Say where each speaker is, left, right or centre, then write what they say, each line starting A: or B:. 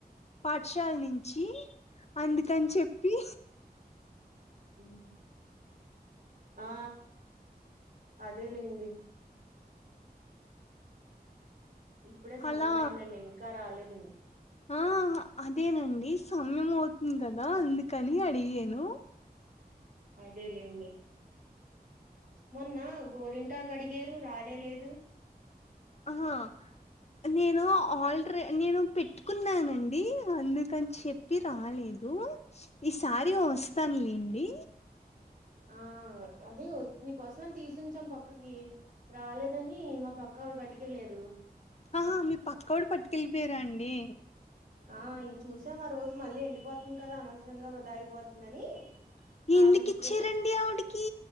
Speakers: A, on the left; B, on the right.
A: పాఠశాల నుంచి అందుకని చెప్పి
B: ఉమ్మ్ ఆ అదేలేండి ఇప్పుడే సమయం
A: అలా
B: అయిందండి ఇంకా రాలేదండి
A: ఆ అదేనండి సమయం అవుతుంది కదా అందుకని అడిగాను
B: అదేలెండి మొన్న గోరింటాకు అడిగారు రానే లేదు
A: ఆహా నేను ఆల్ర్ నేను పెట్టుకున్నానండి అందుకని చె ప్పి రాలేదు ఈసారి వస్తానులేండి
B: ఆ అదే మీకోసం తీసుంచాం పక్కకి రాలేదని మా పక్క వాళ్ళు పట్టుకెళ్లారు
A: ఆహా మీ పక్కోడు పట్టుకెళ్ళిపోయరాండి
B: ఆ ఇంక చూసాం ఆరోజు మళ్ళీ ఎండిపోతుంది కదా అనవసరంగా వృధా అయిపోతుందని
A: ఎందుకు
B: ఆవిడికి ఇచ్చే
A: ఇచ్చారండి ఆవిడి కి